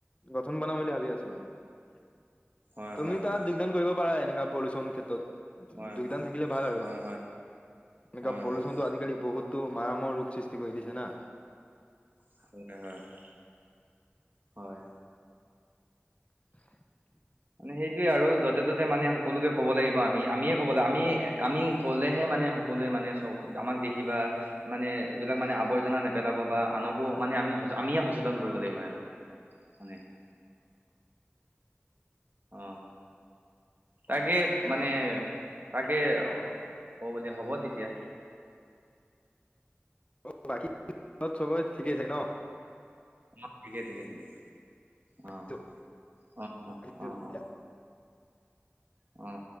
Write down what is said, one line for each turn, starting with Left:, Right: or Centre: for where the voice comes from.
Left: গঠন বনাম বুলি ভাবি আছো মানে, আৰু
Right: হয়
Left: তুমি
Right: হয়
Left: তাত!
Right: হয়
Left: যোগদান কৰিব পাৰা এনেকা পলিউশ্যন ক্ষেত্ৰত
Right: হয়
Left: যোগদান
Right: হয়
Left: থাকিলে ভাল আৰু।
Right: হয় হয়
Left: এনেকোৱা
Right: হয়
Left: পলিউশ্যনটো
Right: হয়
Left: আজিকালি বহুতো মায়ামহৰ ৰোগ সৃষ্টি কৰি দিছে না।
Right: <unintelligible> হয়
Left: <inaudible>
Right: মানে সেইটোয়ে আৰু য'তে ত'তে মানে সকলোকে ক'ব লাগিব আমি আমিয়ে ক'ব লাগে আমি আমি ক'লেহে মানে! সকলে মানে চ আমাক দেখিবা! মানে এইবিলাক আৱৰ্জনা বা আনকো মানে আমি আমিয়ে সচেতন কৰিব লাগিব সিহঁত। <unintelligible> অ তাকে মানে, অ তাকে! অ' বলে হ'ব তেতিয়া।
Left: অ বাকী <unintelligible> সবৰে ঠিকেই আছে ন?
Right: অ ঠিকে ঠিকে ঠিকে, অ
Left: ৰাখিছোঁ
Right: অ অ
Left: ৰাখিছোঁ
Right: অ অ! অ